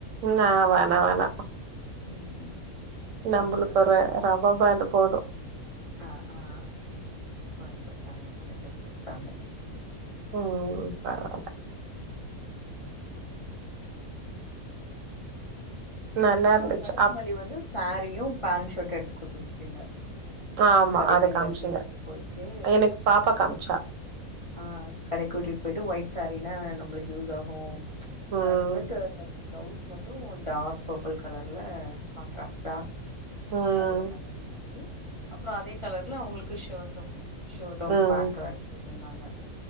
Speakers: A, on the right; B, on the left.
A: ந வோன வோனா
B: ம் ம்
A: நம்மளுக்கு
B: அது
A: ஒரு ரப்பர் பாண்டு போதும்
B: அஹ் ஆஹ் வாங்கி கொடுத்தாங்க அந்த கிளிப் கொடுத்தாங்க
A: ம் பரவால்ல நல்லா
B: அப்றோ
A: இருந்துச்சு
B: சரத்மல்லி
A: அப்
B: வந்து சாரீயு பேண்ட் ஷர்ட்டு எடுத்து குடுத்துருந்துது சின்ன
A: ஆமா
B: கடைக்கு
A: அது
B: எங்கள
A: காமிச்சீங்க
B: கூட்டிட்டு போயிட்டு
A: எனக்கு பாப்பா காமிச்சா.
B: ஆஹ் கடைக்கு கூட்டிட்டு போயிட்டு ஒயிட் சாரீ என்ன நம்மளுக்கு யூஸ் ஆகு
A: ம்,
B: ஒயிட் <unintelligible> பிளவுஸ் மட்டும் டார்க் பர்பிள் கலர்ல கான்ட்ராஸ்ட்டா
A: ம்,
B: அதுவு நல்லா ரி அப்றோ அதே கலர்ல அவங்களுக்கு ஷர்ட்டும் ஷர்ட்டும்
A: ம்,
B: பேன்ட்டும் எடுத்து குடுத் சொன்னாங்க